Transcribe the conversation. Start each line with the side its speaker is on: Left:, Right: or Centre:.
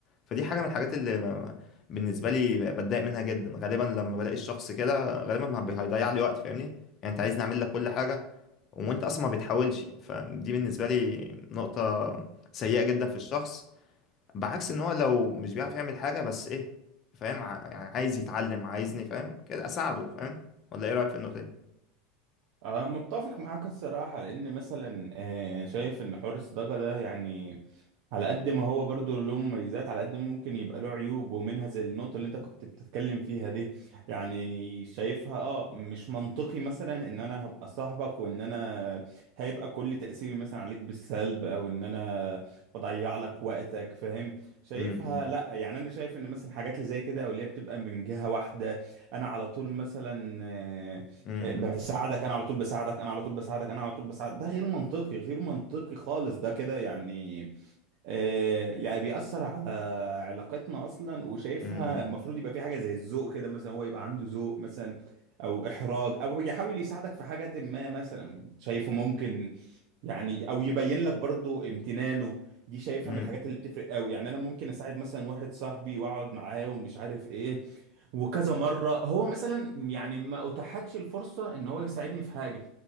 Left: فدي حاجه من الحاجات اللي ما ما- بالنسبه لي بتضايق منها جدا غالبا لما بلاقي الشخص كده غالبا ما بي- هيضيع لي وقت فاهمني يعني انت عايزني اعمل لك كل حاجه وانت اصلا ما بتحاولش فدي بالنسبه لي نقطه سيئه جدا في الشخص بعكس ان هو لو مش بيعرف يعمل حاجة بس ايه فاهم ع- يعني عايز يتعلم عايزني فاهم كده اساعده فاهم ولا ايه رأيك في النقطة دي
Right: أه متفق معاك الصراحة لأن مثلا آه، يعني شايف إن حوار الصداقة ده يعني على قد ما هو برضو له مميزات على قد ما ممكن يبقى له عيوب ومنها زي النقطة اللي أنت كنت بتتكلم فيها دي يعني شايفها أه مش منطقي مثلا إن أنا هبقى صاحبك وإن أنا هيبقى كل تأثيري مثلا عليك بالسلب أو إن أنا بضيع لك وقتك فاهم شايفها
Left: أمم،
Right: لأ يعني أنا شايف إن مثلا حاجات اللي زي كده أو اللي هي بتبقى من جهة واحدة أنا على طول مثلا آه،
Left: أمم،
Right: بساعدك انا على طول بساعدك انا على طول بساعدك انا على طول بساعدك ده غير منطقي غير منطقي خالص ده كده يعني آه، يعني بيأثر على علاقتنا أصلا وشايفها
Left: أمم،
Right: المفروض يبقى في حاجة زي الذوق كده مثلا هو يبقى عنده ذوق مثلا أو إحراج أو يحاول يساعدك في حاجة ما مثلا شايفه ممكن يعني أو يبين لك برضو امتنانه دي شايفها
Left: أمم،
Right: من الحاجات اللي بتفرق قوي يعني أنا ممكن أساعد مثلا واحد صاحبي وأقعد معاه ومش عارف إيه وكذا مرة هو مثلا يعني ما أتاحتش الفرصة إن هو يساعدني في حاجة